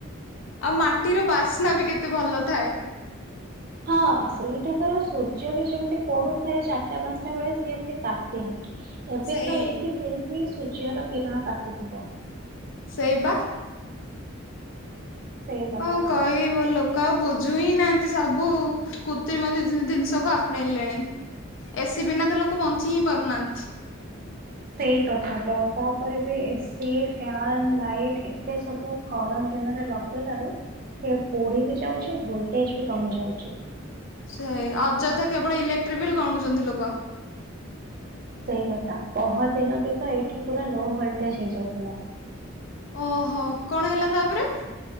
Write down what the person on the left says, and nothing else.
ଆଉ ମାଟିର ବାସ୍ନା ବି କେତେ ଭଲ ଥାଏ।
ସେଇ
ସେଇପା।
କଣ କହିଵି
ବୋ ଲୋ କ ବୁଝୁ ହିଁ ନାହାନ୍ତି ସବୁ କୃତ୍ରିମ ଜି-ଜି ଜିନିଷକୁ ଆପଣେଇଲେଣି ଏସି ବିନା ତ ଲୋକ ବଞ୍ଚି ହିଁ ପାରୁନାହାନ୍ତି।
ସେଇ ଅଯଥା କେବଳ ଇଲେକ୍ଟ୍ରି ବିଲ୍ ଗଣୁଛନ୍ତି ଲୋକ।
ଓହୋ କଣ ହେଲା ତାପରେ?